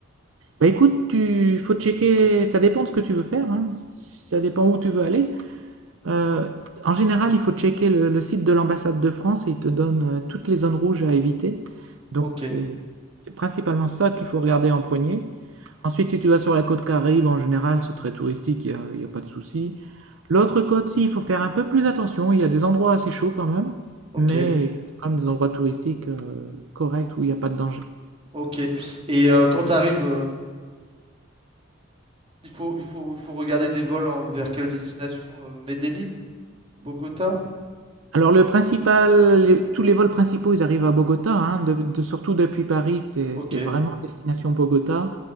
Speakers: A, on the right (about 75°); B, on the right (about 30°).
A: Bah écoute, tu faut checker. Ça dépend de ce que tu veux faire. hein, Ça dépend où tu veux aller. Euh, en général, il faut checker le, le site de l'ambassade de France et il te donne euh, toutes les zones rouges à éviter. Donc
B: Ok,
A: c'est c'est principalement ça qu'il faut regarder en premier. Ensuite, si tu vas sur la côte Caraïbe, en général, c'est très touristique, il n'y a, il y a pas de souci. L'autre côte, si, il faut faire un peu plus attention. Il y a des endroits assez chauds quand même,
B: ok,
A: mais il y a quand même des endroits touristiques euh, corrects où il n'y a pas de danger.
B: ok. Et euh, quand tu arrives, il faut il faut il faut regarder des vols en- vers quelle destination? euh, Medellín, Bogota?
A: Alors le principal, les- tous les vols principaux, ils arrivent à Bogota, hein, de- de- surtout depuis Paris, c'est
B: Ok,
A: c'est vraiment destination Bogota.